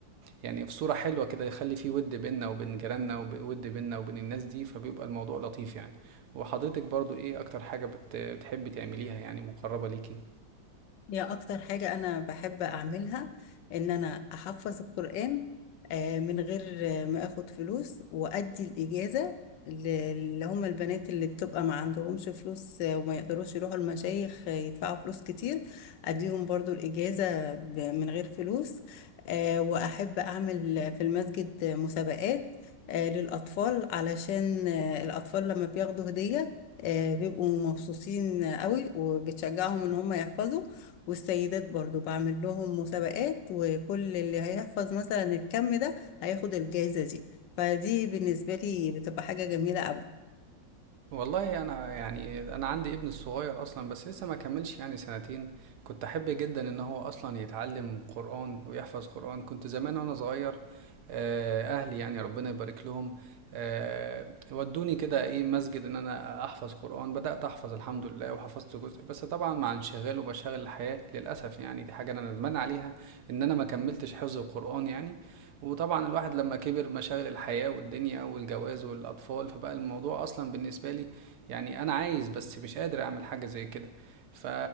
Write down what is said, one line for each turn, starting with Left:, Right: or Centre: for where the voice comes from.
Right: يعني في صورة حلوة كده يخلي فيه ود بيننا وبين جيراننا وود بيننا وبين الناس دي فبيبقى الموضوع لطيف يعني وحضرتك برضو ايه اكتر حاجة بت- بتحبي تعمليها يعني مقربة ليكي
Left: هي أكتر حاجة أنا بحب أعملها إن أنا أحفظ القرآن آه، من غير آه، ما أخد فلوس وأدي الإجازة ل- اللي هم البنات اللي بتبقى ما عندهمش فلوس آه، وما يقدروش يروحوا المشايخ آه، يدفعوا فلوس كتير أديهم برضو الإجازة ب- من غير فلوس آه، وأحب أعمل في المسجد آه، مسابقات آه، للأطفال علشان آه، الأطفال لما بياخدوا هدية آه، بيبقوا مبسوطين قوي وبتشجعهم إن هم يحفظوا والسيدات برضو بعمل لهم مسابقات وكل اللي هيحفظ مثلا الكم ده هياخد الجائزة دي فدي بالنسبة لي بتبقى حاجة جميلة أوي
Right: والله انا يعني انا عندي ابن الصغير اصلا بس لسه ما كملش يعني سنتين كنت احب جدا ان هو اصلا يتعلم قرآن ويحفظ قرآن كنت زمان وانا صغير آه، اهلي يعني ربنا يبارك لهم آه، ودوني كده ايه مسجد ان انا احفظ قرآن بدأت احفظ الحمد لله وحفظت جزء بس طبعا مع انشغال ومشاغل الحياة للاسف يعني دي حاجة انا ندمان عليها ان انا ما كملتش حفظ القرآن يعني وطبعا الواحد لما كبر مشاغل الحياة والدنيا والجواز والأطفال فبقى الموضوع أصلا بالنسبة لي يعني أنا عايز بس مش قادر أعمل حاجة زي كده ف...